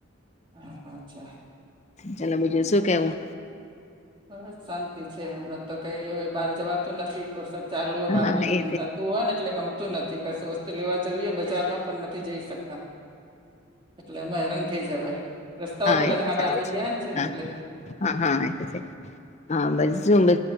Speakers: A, on the right; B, on the left.
A: હા અચ્છા
B: ચાલો બીજું શું કેવું?
A: બસ શાંતિ છે હમ તો કઈય બહાર જવાતું નથી વરસાદ ચાલુ હોય
B: હા
A: બાર બધું
B: એ
A: કન્થાતું હોય ને એટલે નથી કશું વસ્તુ લેવા જવીએ બજારમાં પણ નથી જઈ શકતા એટલે અ ર થઈ જવાય રસ્તાઓ
B: હા
A: પેલા
B: એ
A: ખાડા થઈ ગયા ને છે
B: હા
A: ને એટલે
B: હા હા એ તો છે હા બસ શું બ